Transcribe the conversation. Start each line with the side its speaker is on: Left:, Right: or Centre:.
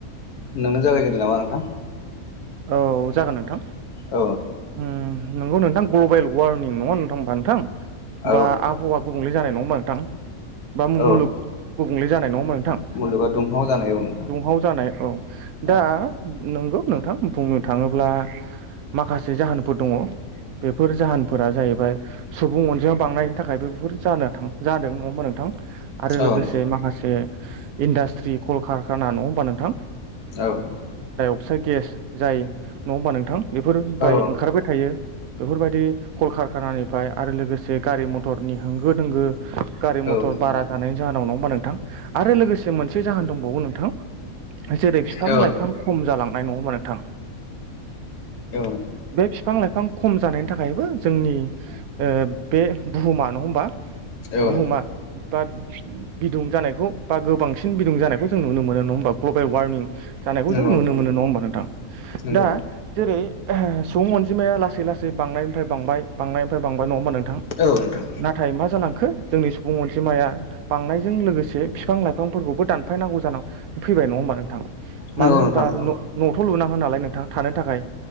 Left: नोंनो जागायजेनदो नामा नोंथां
Right: औ जागोन नोंथां
Left: औ
Right: उम नंगौ नोंथां ग्लबेल वार्मिं नङा नोंथां बा नोंथां
Left: औ
Right: बा
Left: नोंथां
Right: आबहावा गुबुंले जानाय नङा होनबा नोंथां बा मुलुग
Left: औ
Right: गुबुंले जानाय नङा होन
Left: मुलुगा दुंहाव जानाय औ नोंथां
Right: दुंहाव जानाय औ
Left: औ
Right: दा नंगौ नों नोंथां बुंनो थाङोब्ला माखासे जाहोनफोर दङ बेफोर जाहोनफोरा जाहैबाय सुबुं अनजिया बांनायनि थाखायबो बेफोर जानो जादों नङा होनबा नोंथां आरो
Left: औ
Right: लोगोसे
Left: नोंथां
Right: माखासे इन्डास्ट्रि कलकारखाना नङा होमबा नोंथां
Left: औ
Right: फिसा गेस जाय नङा होनबा नोंथां बेफोरनिफ्राय
Left: औ
Right: ओंखारबाय थायो बेफोरबायदि कलकारखानानिफ्राय आरो लोगोसे गारि मथरनि होंगो दोंगो गारि मथर
Left: नोंथां
Right: बारा जानायनि जाहोनाव नङा होमबा नोंथां आरो लोगोसे मोनसे जाहोन दंबावो नोंथां जेरै बिफां
Left: औ
Right: लाइफां खम जालांनाय नङा होमबा नोंथां बे
Left: नोंथां
Right: बिफां लाइफां खम जानायनि थाखायबो जोंनि ओ बे बुहुमा नङा होमबा
Left: औ
Right: बुहुमा
Left: नोंथां
Right: बा बिदुं जानायखौ बा गोबांसिन बिदुं जानायखौ जों नुनो मोनो नङा होमबा ग्ल'बेल वार्मिं जानायखौ
Left: नंगौ
Right: जों नुनो
Left: नोंथां
Right: मोनो नङा होमबा नोंथां
Left: नंगौ
Right: दा
Left: नोंथां
Right: जेरै सुबुं अनजिमाया लासै लासै बांनायनिफ्राय बांबाय बांनायनिफ्राय बांबाय नङा होनबा नोंथां
Left: औ नोंथां
Right: नाथाय मा जालांखो जोंनि सुबुं अनजिमाया बांनायजों लोगोसे बिफां लाइफांफोरखौबो दानफायनांगौ जानानै फैबाय नङा होमबा हबा नोंथां मानो
Left: नंगौ
Right: होनबा
Left: नोंथां औ
Right: न'थ' लुनांगोन नालाय नोंथां थानो थाखाय